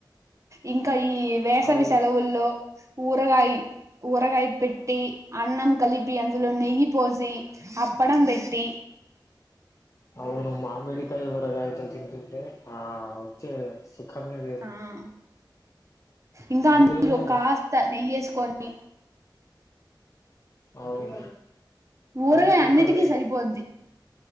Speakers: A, on the right; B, on the left.
A: ఇంక్ కా ఈ వేసవి
B: అవు
A: సెలవుల్లో ఊరగాయి, ఊరగాయి పెట్టీ అన్నం క కలిపి అందులో నెయ్యి పోశీ అప్పడం పెట్టీ
B: అవును మామిడికాయ ఊరగయతోన్ తింటుంటే ఆ వచ్చే సు ఖమే వేరు
A: ఆ ఇంకా
B: అందులోనూ
A: అందులో కాస్త నెయ్యేసుకొని
B: అవును
A: ఊరగాయ
B: అంద్ <inaudible>
A: అన్నిటికీ
B: ఇంక మేకప్
A: సరిపోద్ది